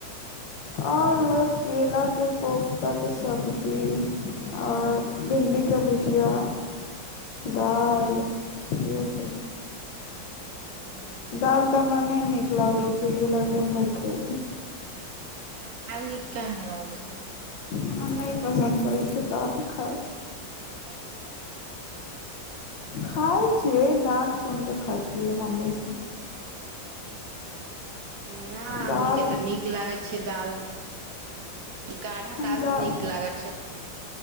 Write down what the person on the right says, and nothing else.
ह्म्म।
<unintelligible> दाल नीक किया ने लागै छै।
कभी नै।
ना हमनी
के ते नीक लागे छै दाल। गाढ़ा
दाल
नीक लागै छै।